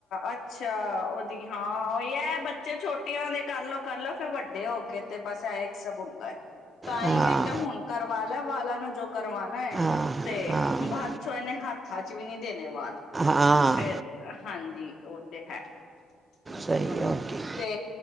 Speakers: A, on the left (about 70°); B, on the right (about 25°).
A: ਅੱਛਾ ਉਹਦੀ ਹਾਂ ਉਹ ਹੈ ਬੱਚੇ ਛੋਟੇ ਛੁੱਟੀਆ ਨੇ ਕਰਲੋੋ ਕਰਲੋੋ ਫਿਰ ਵੱਡੇ ਹੋ ਕੇ ਤੇ ਬਸ ਇਹ ਹੀ ਸਭ ਹੁੰਦਾਏ ਤਾਂ
B: ਹਾਂ
A: ਹੀ ਮੈਂ ਕਿਹਾ ਹੁਣ ਕਰਵਾ ਲੈ <unintelligible> ਕਰਵਾਣਾ ਹੈ
B: ਹਾਂ
A: ਤੇ
B: ਹਾਂ
A: ਬਾਅਦ ਚੋਂ ਇਹਨੇ ਹੱਥ <unintelligible> ਵੀ ਨਹੀਂ ਦੇਣੇ ਵਾਲ
B: ਹਾਂ
A: ਫਿਰ ਹਾਂਜੀ ਉਹ ਤੇ ਹੈ ਹਮ
B: ਸਹੀ ਓਕੇ
A: ਤੇ